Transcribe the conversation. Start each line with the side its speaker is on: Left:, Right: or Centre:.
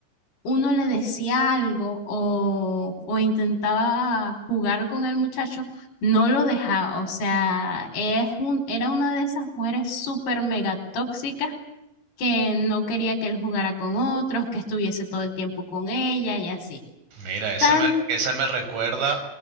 Left: mm, uno le decía algo o, o intentaba jugar con el muchacho, no lo dejaba. O sea, es un, era una de esas mujeres súper mega tóxicas que no quería que él jugara con otros, que estuviese todo el tiempo con ella y así.
Right: mira, esa
Left: Tan,
Right: me, esa me recuerda